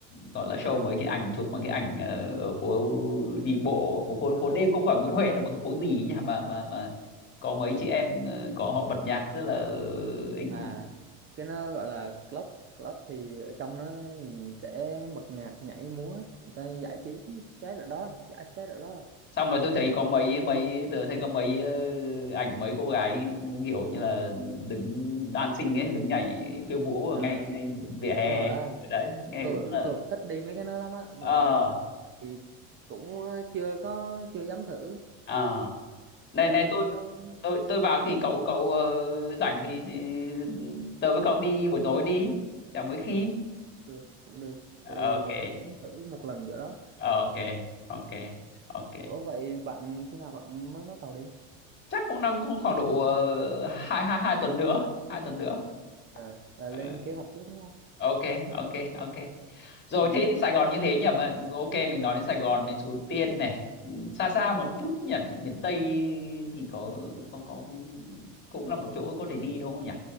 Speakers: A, on the left (about 25°); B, on the right (about 30°).
A: gọi là show mấy cái ảnh chụp mấy cái ảnh ờ, ở phố đi bộ phố phố
B: à,
A: phố đêm không phải Nguyễn Huệ đâu mà cái phố gì ấy nhỉ mà mà mà có mấy chị em ờ, có họ bật nhạc rất là anh
B: à cái nó gọi là club club thì ở trong nó thì sẽ bật nhạc nhảy múa người ta giải trí stress ở đó giải stress ở đó
A: xong rồi tôi thấy có mấy mấy tôi thấy có mấy ờ, ảnh mấy cô gái kiểu như là đứng dancing ấy đứng nhảy khiêu vũ
B: À,
A: ở ngay ngay vỉa hè
B: đúng rồi á
A: ở đấy nghe
B: tôi
A: rất là
B: tôi cũng thích đi mấy cái đó lắm á mà
A: ờ
B: thì cũng ờ, chưa có chưa dám thử
A: à, này
B: sợ
A: này tôi
B: trong đó
A: tôi tôi vào thì cậu cậu ờ, rảnh thì, thì tớ với cậu đi buổi tối đi chẳng mấy khi
B: được cũng được
A: ok
B: tại vì tôi cũng muốn thử một lần vậy đó
A: ok ok ok
B: ủa vậy bạn khi nào bạn mới bắt đầu đi
A: chắc cũng đang cũng khoảng độ ờ, hai hai hai tuần nữa hai tuần nữa
B: à là
A: Ờ,
B: lên kế hoạch trước đúng không
A: ok ok ok Rồi
B: ừ.
A: thế thì Sài Gòn như thế nhỉ mà ok mình nói đến Sài Gòn đến Suối Tiên này Ừ, xa xa một chút nhỉ miền Tây thì có có có cũng là một chỗ có thể đi đúng không nhỉ